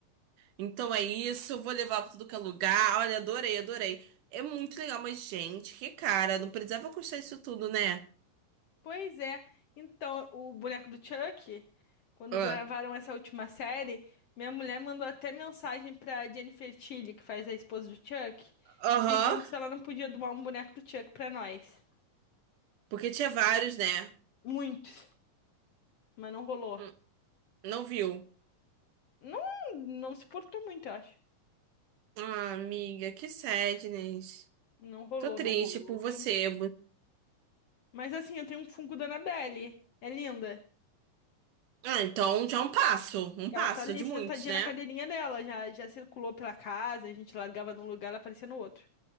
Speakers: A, on the right (about 70°); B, on the left (about 65°).
A: Então é isso, vou levar pra tudo que é lugar. Olha, adorei, adorei. É muito legal, mas, gente, que cara, não precisava custar isso tudo, né?
B: Pois é. Então, o boneco do Chuck, quando
A: Ah,
B: gravaram essa última série, minha mulher mandou até mensagem pra Jennifer Tilly, que faz a esposa do Chuck,
A: Aham.
B: pedindo se ela não podia doar um boneco do Chuck pra nós.
A: Porque tinha vários, né?
B: Muitos, mas não rolou.
A: Hum, Não viu.
B: Não, não se portou muito, eu acho.
A: Ah, amiga, que sadness.
B: Não rolou,
A: Tô triste
B: não rolou.
A: por você.
B: Mas assim, eu tenho um Funko da Annabelle. É linda.
A: Ah, então já é um passo. Um
B: Ela
A: passo
B: tá ali
A: de muitos,
B: sentadinha
A: né?
B: na cadeirinha dela, já, já circulou pela casa, a gente largava num lugar, ela aparecia no outro.